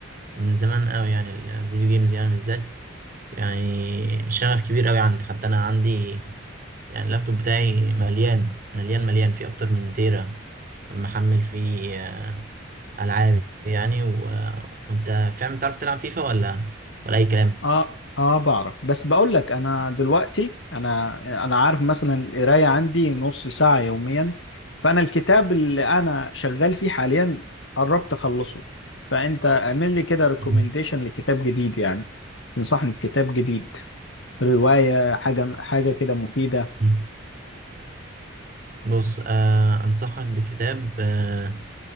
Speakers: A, on the right; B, on the left.
A: من زمان قوي يعني الفيديو جيمز يعني بالذات يعني شغف كبير قوي عندي حتى انا عندي يعني اللابتوب بتاعي مليان مليان مليان فيه اكتر من تيرا محمل فيه آه، العاب يعني و... وانت فاهم تعرف تلعب فيفا ولا ولا اي كلام
B: اه اه بعرف بس بقول لك انا دلوقتي انا انا عارف مثلا القرايه عندي نص ساعه يوميا فانا الكتاب اللي انا شغال فيه حاليا قربت اخلصه فانت اعمل لي كده ريكومنديشن
A: <laughs> مم.
B: لكتاب جديد يعني تنصحني بكتاب جديد روايه حاجه حاجه كده مفيده
A: مم. بص آه انصحك بكتاب آه